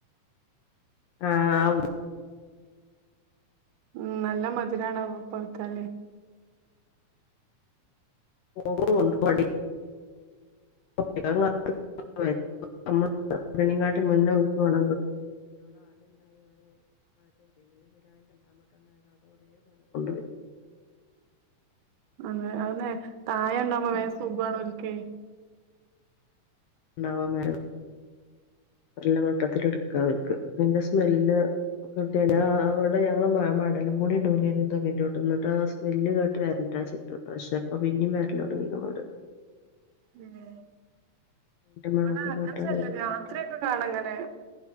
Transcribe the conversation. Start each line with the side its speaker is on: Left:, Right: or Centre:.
Left: ആഹ് വ്റ്
Right: ഉമ് നല്ല മധുരാണ് <unintelligible>
Left: ഓ ഉണ്ട് പടി <unintelligible> മുന്നേ വന്ന് ഒണങ്ങ് <unintelligible>
Right: ആന്ന് ആന്നെ താഴ ഉണ്ടാവുമ്പം വേസുഖാണ് ഒർക്കെ
Left: ഉണ്ടാവമ്പം എല്ലമട്ടത്തിലെടുക്ക അവർക്ക് ഇതിന്റെ സ്മെല്ല് <unintelligible> ആഹ് ആഹ് ഇവിടെ ഞങ്ങള് മ മടലുകൂടി ഇടുല്ലായിരുന്ന് തെങ്ങിന്റൊട്ടിന്ന് എന്നിട്ട് ആ സ്മെല്ല് കേട്ട് വരണ്ടാച്ചിട്ട് പക്ഷെ ഇപ്പ വീ പിന്നേം വേരല്ല് തുടങ്ങിക്ക്‌ണ് ഒര്‌
Right: ഉമ്
Left: മണമൊക്കെ
Right: ഇവിടെ അങ്ങനെ
Left: കേട്ടാ
Right: ശല്യാല്ല
Left: വരും
Right: രാത്രിയൊക്കെ കാണാ ഇങ്ങനെ